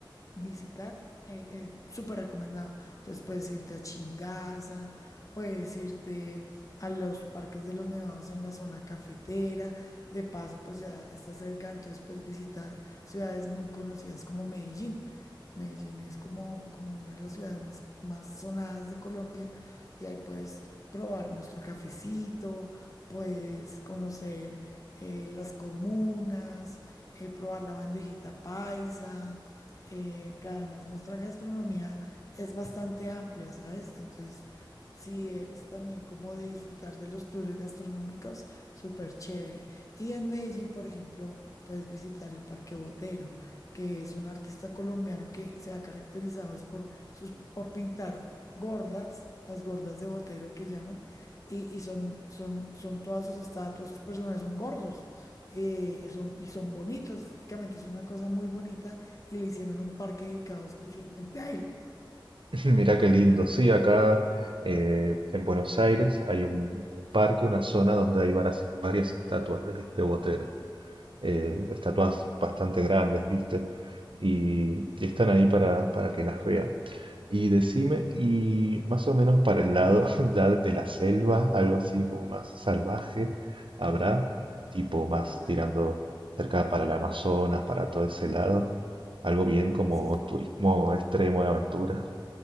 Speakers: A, on the left; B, on the right.
A: visitar, eh, eh, súper recomendado. Entonces, puedes irte a Chingaza, puedes irte a los parques de los nevados en la zona cafetera, de paso, pues ya está cerca, entonces puedes visitar ciudades muy conocidas como Medellín. Medellín es como, como una de las ciudades más, más sonadas de Colombia y ahí puedes probar nuestro cafecito, puedes conocer eh, las comunas, eh, probar la bandejita paisa, eh, que además nuestra gastronomía es bastante amplia, ¿sabes? Entonces, si eres también como de disfrutar de los tours gastronómicos, súper chévere. Y en Medellín, por ejemplo, puedes visitar el Parque Botero, que es un artista colombiano que se ha caracterizado es por, sus, por pintar gordas, las gordas de Botero que llaman, y, y son, son, son todas sus estatuas, sus personajes son gordos, eh, son, y son bonitos, estéticamente es una cosa muy bonita, y le hicieron un parque dedicado exclusivamente a él.
B: <clears throat> Mirá qué lindo. Sí, acá eh, en Buenos Aires hay un, un parque, una zona donde hay varas- varias, estatuas de este Botero. Eh, estatuas bastante grandes, ¿viste? Y, y están ahí para, para que las vean. Y decime, y más o menos para el lado <laughs> ya de la selva, algo así como más salvaje, habrá tipo más
A: Claro.
B: tirando cerca para el Amazonas, para todo ese lado, algo bien como
A: Sí,
B: turismo extremo de aventura.